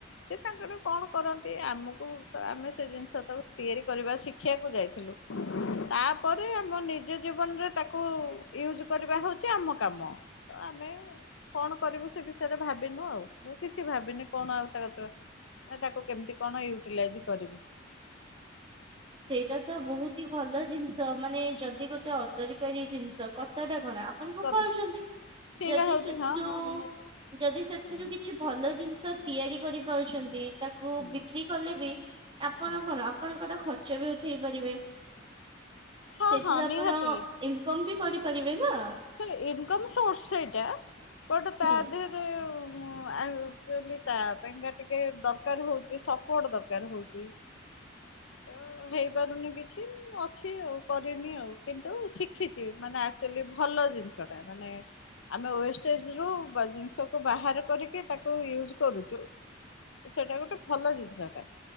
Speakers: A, on the left; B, on the right.
A: ସିଏ ତାଙ୍କର କଣ କରନ୍ତି। ସେ ଆମକୁ ଆମେ ସେ ଜିନିଷ‌ଟାକୁ ତିଆରି କରିବା ଶିଖିବାକୁ ଯାଇଥିଲୁ ତାପ୍ ପରେ ଆମ ନିଜ ଜୀବନରେ ତାକୁ ୟୁଜ କରିବା ହଉଚି ଆମ କାମ। ତ ଆମେ କଣ କରିବୁ ସେ ବିଷୟରେ ଭାବିନୁ ଆଉ ମୁଁ କିଛି ଭାବିନି କଣ ଆଉ ତା ର। ମାନେ ତାକୁ କେମିତି କଣ ୟୁଟିଲାଇଜି କରିବି।
B: ସେଇଟା ତ ବହୁତ ହି ଭଲ ଜିନିଷ ମାନେ ଯଦି ଗୋଟେ ଅଦରିକାରୀ ଜିନିଷ କତା ଟା କଣ। ମାନେ ପୋପାଡୁ
A: କଥା
B: ଛନ୍ତି
A: ଫିଙ୍ଗା
B: ଯଦି
A: ହଉଛି
B: ସେଥିରୁ
A: ହଁ ହଁ ନିହାତି।
B: ଯଦି ସେଥିରୁ
A: ହୁଁ
B: କିଛି। ଭଲ ଜିନିଷ ତିଆରି କରି ପାରୁଛନ୍ତି। ତାକୁ
A: ହୁଁ
B: ବିକ୍ରି କଲେ ବି ଆପଣ
A: ହୁଁ।
B: କଣ ଆପଣଙ୍କର ଖ ଖର୍ଚ ବି ଉଠେଇ ପାରିବେ
A: ହଁ
B: ସେଇଥିରୁ
A: ହଁ
B: ଆପଣ।
A: ନିହାତି
B: ଇନକମ ବି କରିପାରିବେ ନା।
A: ସେ ଇନକମ୍ ସୋର୍ସ ସେଇଟା ବଟ
B: ହୁଁ
A: ତା ଦେହେ ହଁ ଆଉ ଆକଚୁଆଲି ତା ପାଇଁକା ଟିକେ ଦରକାର ହଉଚି ସପୋର୍ଟ ଦରକାର ହଉଚି। ତ ହେଇପାରୁନି କିଛି। ଅଛି ଆଉ କରିନି ଆଉ କିନ୍ତୁ ଶିଖିଛି ମାନେ ଆକଚୁଲି ଭ ଭଲ ଜିନିଷ ଟା ମାନେ ଆମେ ୱେଷ୍ଟେଜ ରୁ ବା ଜିନିଷକୁ ବାହାର କରିକି। ତାକୁ ୟୁଜ କରୁଚୁ ତ ସେଇଟା ଗୋଟେ ଭଲ ଜିନିଷଟା।